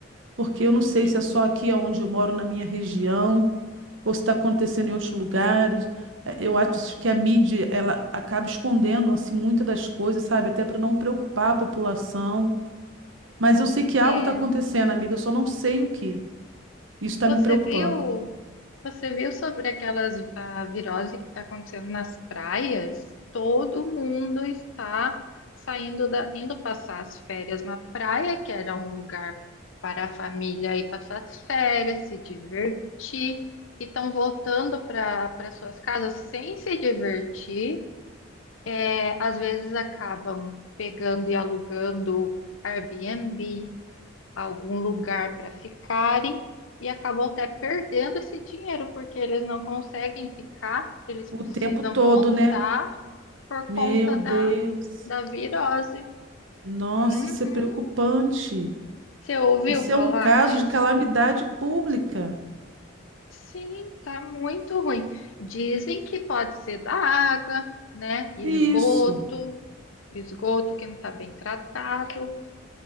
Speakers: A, on the right (about 70°); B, on the left (about 75°).
A: porque eu não sei se é só
B: Sim.
A: aqui onde eu moro, na minha região, ou se está acontecendo em outros lugares. Eh, Eu acho que a mídia ela acaba escondendo assim muitas das coisas, sabe? Até para não preocupar a população. Mas eu sei que algo
B: É.
A: está acontecendo, amiga, eu só não sei o que. Isso está
B: Você
A: me preocupando.
B: viu? Você viu sobre aquelas a virose que está acontecendo nas praias? Todo mundo está saindo da, indo passar as férias na praia, que era um lugar para a família ir passar as férias, se divertir, e estão voltando para para suas casas sem se divertir. É, às vezes acabam pegando e alugando Airbnb algum lugar para ficarem e acabam até perdendo esse dinheiro, porque eles não conseguem ficar, eles
A: O
B: precisam
A: tempo todo,
B: voltar
A: né?
B: por
A: Meu
B: conta
A: Deus.
B: da, da virose.
A: Nossa,
B: Uhum.
A: isso é preocupante.
B: Você ouviu
A: Isso
B: falar
A: é um caso
B: disso?
A: de calamidade pública.
B: Sim, tá muito ruim. Dizem que pode ser da água, né? Esgoto,
A: Isso.
B: esgoto que não tá bem tratado.